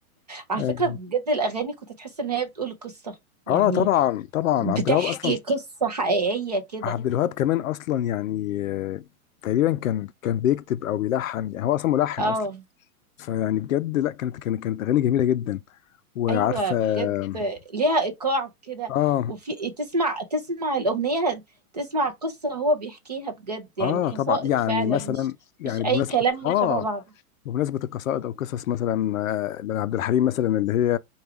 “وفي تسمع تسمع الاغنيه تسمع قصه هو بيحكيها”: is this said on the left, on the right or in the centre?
Right